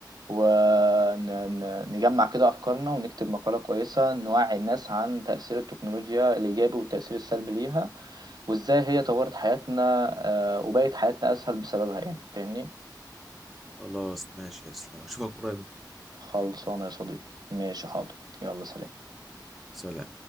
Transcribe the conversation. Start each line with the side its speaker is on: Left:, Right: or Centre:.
Right: ونجمع كده أفكارنا ونكتب مقالة كويسة نوعي الناس عن تأثير التكنولوجيا الإيجابي والتأثير السلبي ليها وإزاي هي طورت حياتنا آه، وبقت حياتنا أسهل بسببها يعني فاهمني؟
Centre: خلاص ماشي يا اسلام اشوفك قريب
Right: خلصانة يا صديقي ماشي حاضر يلا سلام
Centre: سلام